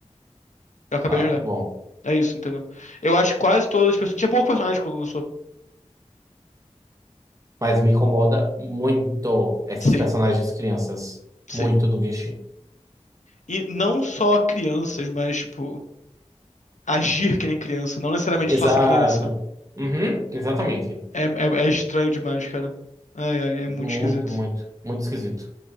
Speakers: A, on the left; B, on the right.
A: Eu acabei
B: Tá,
A: de olhar.
B: bom.
A: É isso, entendeu? Eu acho que quase todas as pessoas. Tinha pouco personagem quando lançou.
B: Mas me incomoda muito esses
A: Sim.
B: personagens crianças.
A: Sim.
B: Muito do Genshin.
A: E não só crianças, mas, tipo, agir que nem criança. Não necessariamente
B: Exato.
A: só ser criança.
B: Uhum, exatamente.
A: É, é, é- é estranho demais, cara. Ai, ai, é muito
B: Muito,
A: esquisito.
B: muito, muito esquisito.